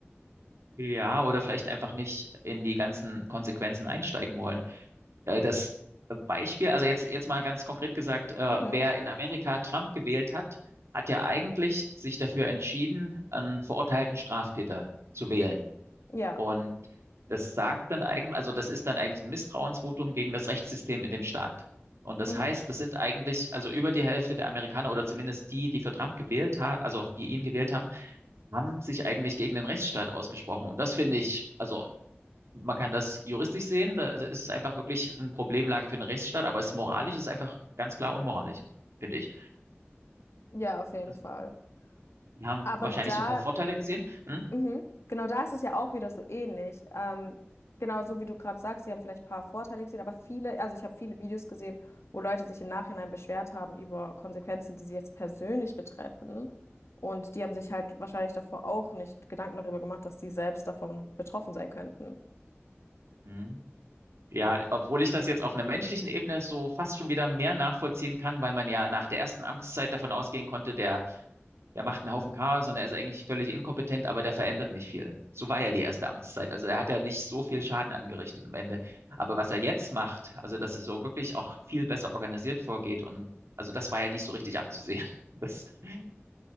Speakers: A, on the right; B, on the left.
A: Ja, oder vielleicht einfach nicht in die ganzen Konsequenzen einsteigen wollen. Äh, das Beispiel, also jetzt, jetzt mal ganz konkret gesagt, äh,
B: Mhm.
A: wer in Amerika Trump gewählt hat, hat ja eigentlich sich dafür entschieden, einen verurteilten Straftäter zu wählen.
B: Ja,
A: Und das sagt dann eigentlich, also das ist dann eigentlich ein Misstrauensvotum gegen das Rechtssystem in dem Staat. Und das
B: mhm.
A: heißt, das sind eigentlich, also über die Hälfte der Amerikaner oder zumindest die, die für Trump gewählt haben, also die ihn gewählt haben, haben sich eigentlich gegen den Rechtsstaat ausgesprochen. Und das finde ich, also man kann das juristisch sehen, da da ist es einfach wirklich eine Problemlage für den Rechtsstaat, aber es moralisch ist einfach ganz klar unmoralisch, finde ich.
B: Ja, auf jeden
A: Also
B: Fall.
A: die haben
B: Aber
A: wahrscheinlich
B: da
A: so ein paar Vorteile gesehen. Hm?
B: Mhm. Genau da ist es ja auch wieder so ähnlich. Ähm, genau so wie du gerade sagst, sie haben vielleicht ein paar Vorteile gesehen, aber viele, also ich habe viele Videos gesehen, wo Leute sich im Nachhinein beschwert haben über Konsequenzen, die sie jetzt persönlich betreffen. Und die haben sich halt wahrscheinlich davor auch nicht Gedanken darüber gemacht, dass sie selbst davon betroffen sein könnten.
A: Hm. Ja, obwohl ich das jetzt auf einer menschlichen Ebene so fast schon wieder mehr nachvollziehen kann, weil man ja nach der ersten Amtszeit davon ausgehen konnte, der der macht einen Haufen Chaos und er ist eigentlich völlig inkompetent, aber der verändert nicht viel. So war ja die erste Amtszeit. Also er hat ja nicht so viel Schaden angerichtet am Ende. Aber was er jetzt macht, also dass er so wirklich auch viel besser organisiert vorgeht und also das war ja nicht so richtig abzusehen. <laughs> Das, äh,